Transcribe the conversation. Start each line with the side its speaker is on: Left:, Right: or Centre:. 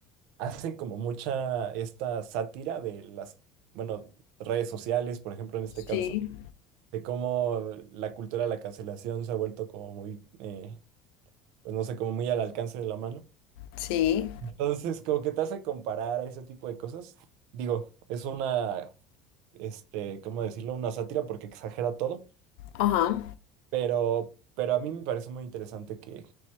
Right: hacen como mucha esta sátira de las, bueno, redes sociales, por ejemplo, en este
Left: Sí.
Right: caso, de cómo la cultura de la cancelación se ha vuelto como muy, eh, pues no sé, como muy al alcance de la mano.
Left: Sí.
Right: Entonces, como que te hace comparar a ese tipo de cosas. Digo, es una, este, ¿cómo decirlo? Una sátira porque exagera todo,
Left: Ajá.
Right: pero, pero a mí me parece muy interesante que,